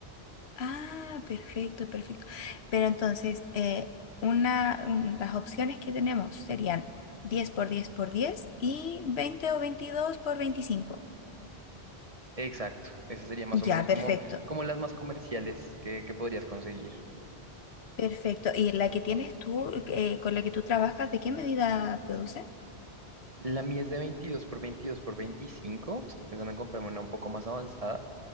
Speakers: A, on the left; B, on the right.
A: ah, perfecto, perfecto. Pero entonces, eh, una, un- las opciones que tenemos serían 10 por 10 por 10 y 20 o 22 por 25.
B: Exacto, ese sería más o menos
A: Ya, perfecto,
B: como, como las más comerciales que, que podrías conseguir.
A: perfecto. ¿Y la que tienes tú, eh, con la que tú trabajas, de qué medida produce?
B: La mía es de veintidós por veintidós por veinticinco estoy pensando en comprarme una un poco más avanzada